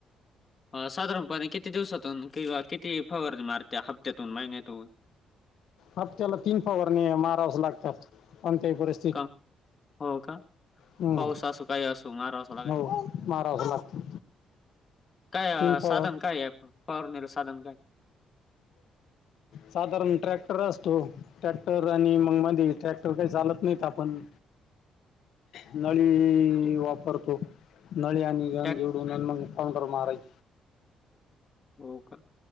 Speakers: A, on the left; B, on the left.
A: साधारणपणे किती दिवसातून किंवा किती फवारणे मारत्या हप्त्यातून महिन्यातून?
B: हप्त्याला तीन फवारण्या ह्या मारव्याच लागतात, कोणत्याही परिस्थि
A: का, हो का?
B: हम्म
A: पाऊस असो काही असो मारवाच लागत्या
B: हो मारावच लागतं
A: काय
B: तीन
A: साधन
B: फवार
A: काय ये फवारणी नल साधन काय?
B: साधारण ट्रॅक्टर असतो ट्रॅक्टर आणि मग मध्ये ट्रॅक्टर काही चालत नाहीत आपण नडी
A: ते
B: वापरतो, नळी आणि गन
A: टॅक
B: जोडून आणि मग फाउंडर मारायच
A: हो का?